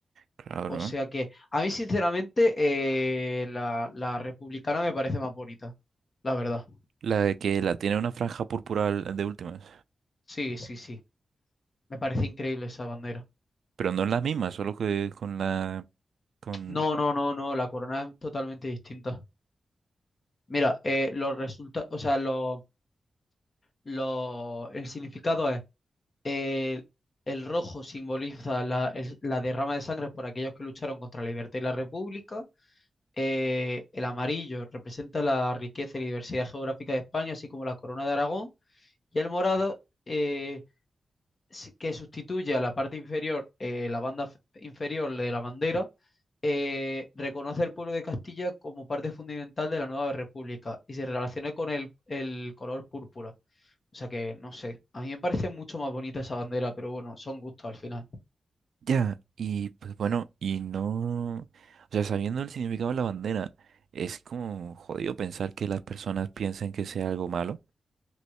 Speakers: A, on the right; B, on the left.
A: claro.
B: O sea que a mí sinceramente eh, la, la republicana me parece más bonita, la verdad.
A: La de que la tiene una franja púrpura al- de últimas.
B: Sí, sí, sí. Me parece increíble esa bandera.
A: Pero no es la misma, solo que con la. con.
B: No, no, no, no, la corona es totalmente distinta. Mira, eh, los resulta- o sea, los, los- el significado es El, el rojo simboliza la, el- la derrama de sangre por aquellos que lucharon contra la libertad y la república. Eh, el amarillo representa la riqueza y la diversidad geográfica de España, así como la corona de Aragón. Y el morado, eh, s- que sustituye a la parte inferior, eh, la banda f- inferior de la bandera, eh, reconoce el pueblo de Castilla como parte fundamental de la nueva república y se relaciona con el el color púrpura. O sea que, no sé, a mí me parece mucho más bonita esa bandera, pero bueno, son gustos al final.
A: Ya. Y pues bueno, y no. O sea, sabiendo el significado de la bandera, es como jodido pensar que las personas piensen que sea algo malo.